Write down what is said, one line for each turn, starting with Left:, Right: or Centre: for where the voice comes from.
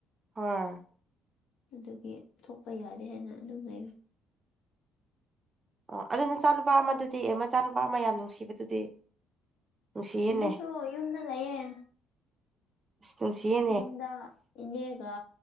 Right: ꯍꯣꯏ
Left: ꯑꯗꯨꯒꯤ ꯊꯣꯛꯄ ꯌꯥꯔꯦ ꯍꯥꯏꯅ ꯑꯗꯨꯝ ꯂꯩ
Right: ꯑꯣ ꯑꯗꯨ ꯅꯆꯥꯅꯨꯄꯥ ꯑꯃꯗꯨꯗꯤ ꯑꯦ ꯃꯆꯥꯅꯨꯄꯥ ꯑꯃ ꯌꯥꯝ ꯅꯨꯡꯁꯤꯕꯗꯨꯗꯤ ꯅꯨꯡꯁꯤꯌꯦꯅꯦ
Left: ꯑꯗꯨꯁꯨ ꯌꯨꯝꯗ ꯂꯩꯌꯦ
Right: ꯅꯨꯡꯁꯤꯌꯦ
Left: ꯌꯨꯝꯗ ꯏꯅꯦ ꯒ